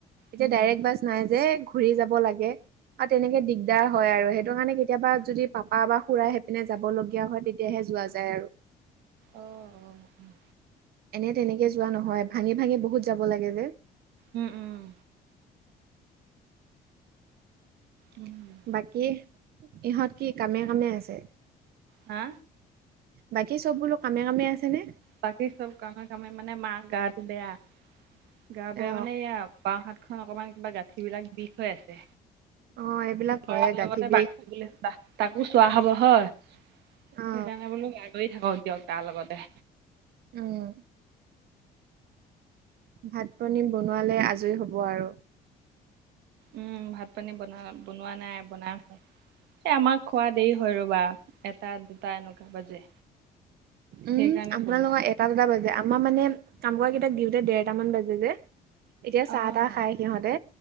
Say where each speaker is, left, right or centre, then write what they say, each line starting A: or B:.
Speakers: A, on the right; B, on the right.
A: এতিয়া
B: উম,
A: ডাইৰেক্ট বাছ নাই যে, ঘুৰি যাব লাগে, আৰু তেনেকে দিগদাৰ হয় আৰু, সেইটো কাৰণে কেতিয়াবা যদি পাপা, বা খুৰাই এনে যাব লগীয়া হয়, তেতিয়াহে যোৱা যায় আৰু।
B: অ, অ, অ'।
A: এনে তেনেকে যোৱা নহয়, ভাঙি ভাঙি বহুত যাব লাগে যে।
B: উম, উম। উমু <unintelligible>
A: বাকী, ইহঁত কি কামে, কামে আছে?
B: হা?
A: বাকী, চব বোলো কামে কামে আছে নে?
B: বাকি চব কামে, কামে মানে, মা গাটো বেয়া। গা বেয়া
A: অ
B: মানে এইয়া আ বাওঁ হাতখন অকণমান কিবা, গাঁঠিবিলাক বিষ হৈ আছে।
A: অ এইবিলাক
B: ল'ৰাৰ
A: হয়ে
B: লগতে
A: গাঁঠি বিষ
B: বাকি <unintelligible> চা। তাকো চোৱা হ'ব হয়, সেইকাৰণে
A: অ
B: বোলো আ <unintelligible> কৰি থাকক দিয়ক তাৰ লগতে।
A: উম। ভাত-পানী বনোৱালে আজৰি হ'ব আৰু।
B: উম্ ভাত পানী বনা বনোৱা নাই বনামহে। এ, আমাক খোৱা দেৰি হয় ৰবা, এটা, দুটা এনেকুৱা বাজে। সেইকাৰণে
A: উম, আপোনালোকৰ
B: বনোৱা
A: এটা দুটা বাজে। আমাৰ মানে কাম কৰা কেইটাক দিওঁতে দেৰটামান বাজে যে এতিয়া
B: অ',
A: চাহ-তাহ খাই সিহঁতে,